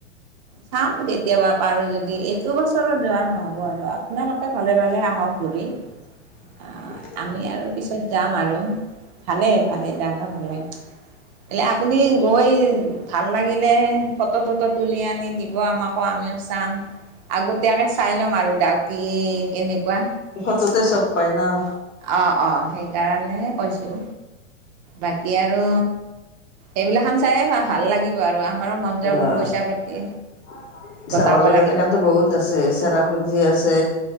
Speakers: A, on the right (about 35°); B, on the left (about 70°).
A: চাম কেতিয়াবা। পাৰোঁ যদি এইটো বছৰত যোৱা নহ'ব আৰু আপোনালোকে ভালে -ভালে আহক ঘূৰি।
B: <unintelligible>
A: আহ আমি আৰু পিছত যাম আৰু ভালে- ভালে যাক। ভালে এ' আপুনি গৈ ভাল লাগিলে ফটো -তটো তুলি আনি দিব আমাকো আমিও চাম। আগতীয়াকে চাই ল'ম আৰু ডাউকী কেনেকুৱা।
B: ফটতে চব পায় নহ?
A: অ', -অ', সেইকাৰণেহে কৈছোঁ। বাকী আৰু এইবিলাক খান চাইয়ে বা ভাল লাগিব আৰু। আমাৰো মন যাব
B: অ
A: পইচা পাতি
B: <unintelligible> চাব
A: গটাব
B: লগা
A: লাগিব
B: জেগাতো বহুত আছে চেৰাপুঞ্জী আছে